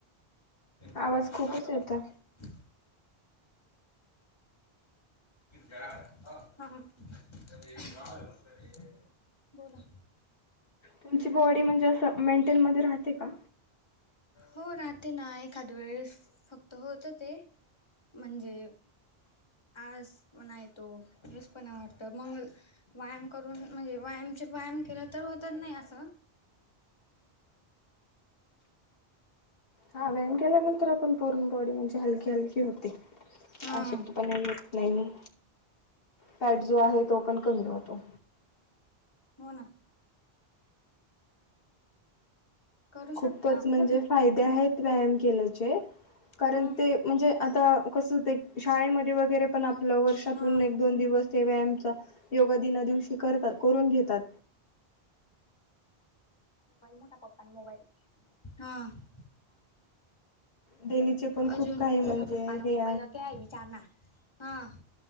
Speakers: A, on the left; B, on the left.
A: केळा
B: आवाज खूपच
A: कामतरा
B: येतो.
A: <unintelligible> <unintelligible> बोला...
B: तुमची बॉडी म्हणजे, असं मेंटेन मध्ये राहते का?
A: हो राहते ना, एखाद्या वेळेस फक्त होत ते म्हणजे आळसपणा येतो, लूजपणा वाटतं, म्हणून व्यायाम करून म्हणजे व्यायाम म्हणजे व्यायाम केला तर होतच नाही अस!
B: हा व्यायाम केल्यानंतर आपण पूर्ण बॉडी म्हणजे, हलकी हलकी होते
A: हा
B: अशक्त पणा येत नाही फॅट जो आहे तो पण कमी होतो.
A: हो ना... करू शकता
B: खूपच
A: आपण
B: म्हणजे फायदे आहेत. व्यायाम केल्याचे, कारण
A: हम्म
B: ते म्हणजे आता कसं ते, शाळेमध्ये वगरे पण आपण नव वर्षातून
A: हा.
B: एक दोन दिवस ते व्यायामचा, योगा दिना दिवशी करतात करून घेतात.
A: मोबाईल मोठा पप्पा न मोबाईल हा <unintelligible>
B: डेलीचे पण खूप
A: अजून
B: काही म्हणजे
A: मोठ पप्पा न
B: हे
A: मोबाईललाक आहे विचार ना <unintelligible> हा...